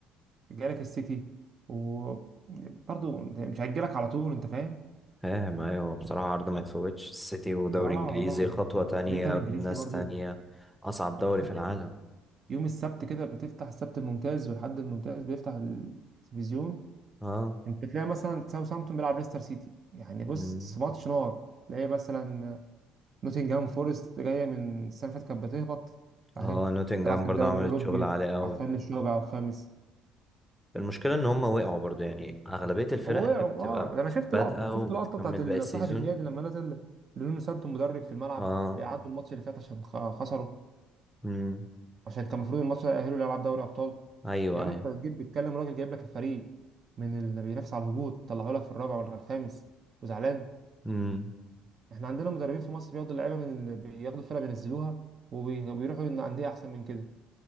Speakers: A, on the right (about 50°); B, in the centre.
A: جالك السيتي وبرضو انت مش هيجيلك على طول انت فاهم
B: فاهم ايوه بصراحة عرض ما يتفوتش السيتي ودوري
A: اه اه
B: انجليزي خطوة تانية
A: بعدين الدوري
B: بناس
A: الانجليزي برضو
B: تانية اصعب دوري
A: انت بتخش
B: في العالم
A: يوم السبت كده بتفتح السبت الممتاز والحد الممتاز بيفتح التلفزيون
B: اه
A: انت تلاقي مثلا ساوثهامبتون بيلعب ليستر سيتي يعني بص
B: مم.
A: ماتش نار تلاقي مثلا نوتنجهام فورست جايه من السنه اللي فاتت كانت بتهبط
B: اه
A: اهي
B: نوتنجهام
A: تلعب في
B: برضه
A: الدوري
B: عملت
A: الاوروبي
B: شغل عالي قوي
A: على الفن الرابع وخامس
B: المشكلة ان هم وقعوا برضه يعني اغلبية الفرق
A: هو وقعوا
B: هي بتبقى
A: اه ده انا شفت
B: بادئة
A: لقطه
B: وبتكمل
A: شفت لقطه بتاعت
B: باقي
A: ال-
B: السيزون
A: صاحب النادي لما نزل لونو سانتو مدرب في الملعب
B: اه
A: بيعادوا الماتش اللي فات عشان خ- خسروا
B: مم.
A: عشان كان المفروض الماتش ده يأهله لألعاب دوري أبطال
B: ايوه
A: يا عم
B: ايوه
A: أنت بتجيب بتكلم راجل جايب لك الفريق من اللي بينافس على الهبوط طلعوا لك في الرابع ولا الخامس وزعلان
B: مم.
A: إحنا عندنا مدربين في مصر بياخدوا اللعيبة من بياخدوا الفرقة بينزلوها وبي- وبيروحوا عند أندية أحسن من كده